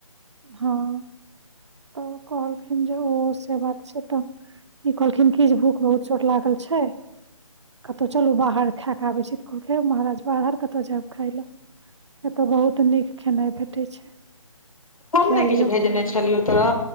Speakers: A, on the right; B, on the left.
A: हँ तऽ कहलखिन जे ओ से बात छै तऽ ई कहलखिन की जे भूख बहुत जोर लागल छै कतहु चलू बाहर खा कऽ आबै छी तऽ कहलखै महाराज बाहर कतअ जायब खााय लए एतय बहुत नीक खेनाइ भेटैत छै
B: हम
A: खा
B: ने
A: लिअ
B: किछ भेजने छलियौ तोरा